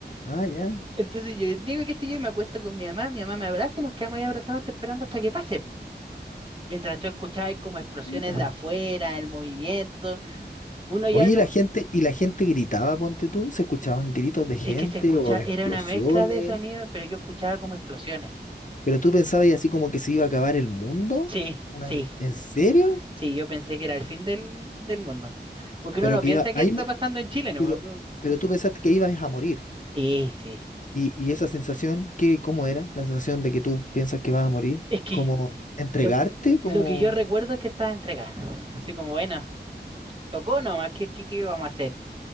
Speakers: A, on the left; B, on the right.
A: ah, ya,
B: Entonces, yo digo que si yo y me acuesto con mi mamá, mi mamá me abraza y nos quedamos ahí abrazados hasta esperando hasta que pase. po. Mientras tú escuchabas como explosiones
A: puta.
B: de afuera, el movimiento, uno ya
A: Oye,
B: no...
A: ¿y la gente, y la gente gritaba, ponte tú, se escuchaban gritos de gente
B: Es que se escuchaba,
A: o explosiones,
B: era una mezcla de sonidos, pero yo escuchaba como explosiones.
A: pero tú pensabas y así como que se iba a acabar el mundo,
B: Sí,
A: Una
B: sí,
A: co- ¿en serio?
B: sí, yo pensé que era el fin del, del mundo. Porque uno
A: Pero
B: no
A: que
B: piensa
A: iba,
B: que
A: ahí,
B: está
A: mu-
B: pasando en Chile, nomás.
A: pero, pero tú pensaste que ibas a morir.
B: Sí, sí.
A: Y, y esa sensación, ¿qué, cómo era? La sensación de que tú piensas que vas a morir,
B: Es que
A: como entregarte,
B: lo,
A: como...
B: lo que yo recuerdo es que estaba entregada. Así como, bueno, tocó nomás, ¿qué, qué, qué vamos a hacer?